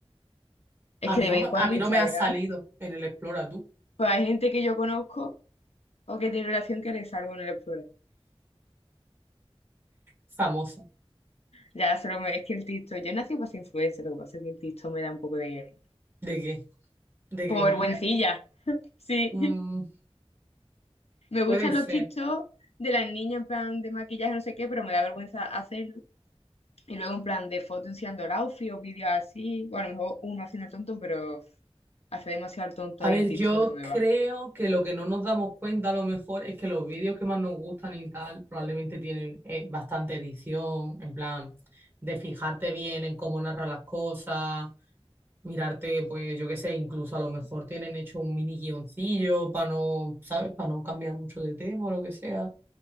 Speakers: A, on the left; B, on the right.
A: Es
B: A
A: que
B: mí
A: de
B: no
A: vez
B: me,
A: en cuando
B: a mí
A: Instagram,
B: no me ha salido en el Explora, tú.
A: pues hay gente que yo conozco o que tiene relación que le salgo en el Explorer.
B: Famosa.
A: Ya, solo me- es que el TikTok, yo nací para ser influencer, lo que pasa es que el TikTok me da un poco de,
B: ¿De qué? ¿De Grimilla?
A: como vergüencilla, sí.
B: Mm,
A: Me
B: puede
A: gustan
B: ser.
A: los TikTok de las niñas en plan de maquillaje, no sé qué, pero me da vergüenza hacerlo. Y luego en plan de fotos enseñando el outfit o vídeos así. Bueno, a lo mejor uno haciendo el tonto, pero uf, hace demasiado el tonto
B: A
A: ahí
B: ver,
A: en TikTok
B: yo
A: no me
B: creo
A: va.
B: que lo que no nos damos cuenta a lo mejor es que los vídeos que más nos gustan y tal probablemente tienen eh, bastante edición, en plan de fijarte bien en cómo narra las cosas, mirarte, pues yo qué sé, incluso a lo mejor tienen hecho un mini guioncillo para no, ¿sabes? Para no cambiar mucho de tema o lo que sea.